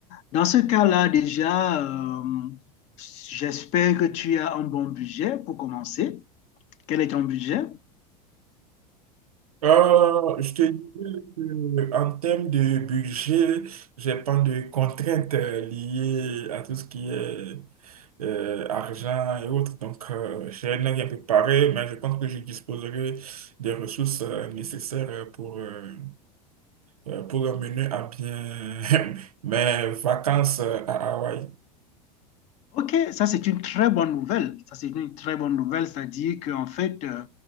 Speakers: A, on the left; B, on the right.
A: dans ce cas-là, déjà, euh, j'espère que tu as un bon budget pour commencer. Quel est ton budget?
B: Euh, je te dis en termes de budget, j'ai pas de contraintes euh, liées à tout ce qui est euh, argent et autres. Donc, euh, j'ai rien préparé, mais je pense que je disposerai des ressources euh, nécessaires pour, euh, euh, pour mener à bien <laughs> mes vacances euh, à Hawaï.
A: Ok, ça c'est une très bonne nouvelle. Ça c'est une très bonne nouvelle, c'est-à-dire qu'en fait, euh,